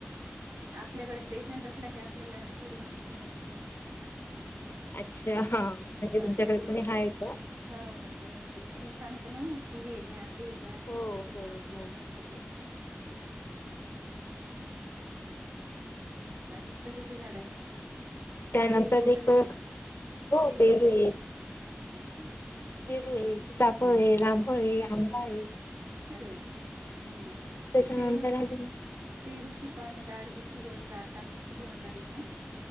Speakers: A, on the right (about 85°); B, on the left (about 60°).
A: आपल्याकडे पेशंट असला की आपल्याला थोडी माहिती मिळते मग.
B: अच्छा हा. म्हणजे
A: ह
B: तुमच्याकडे
A: कोणी?
B: आहे का?
A: ह तर ते कोणी सांगत ना मग की हे घ्या ते घ्या
B: हो
A: त्याच्यातन
B: हो
A: आपल्याला
B: हो.
A: माहित होत. ते हम्म अजून कशाची झाड आहेत?
B: त्यानंतर
A: पेरू वगैरे
B: एक हो
A: पेरू वगैरे
B: आहे
A: हो का.
B: पेरू
A: हम्म
B: हे. सीताफळ हे रामफळ हे आंबा ये.
A: अरे बापरे हम्म
B: त्याच्यानंतर
A: पेरूची...
B: अजून
A: पेरूची पानं दाढ दुखीवर दातांनवरती गुणकारी आहे. ना...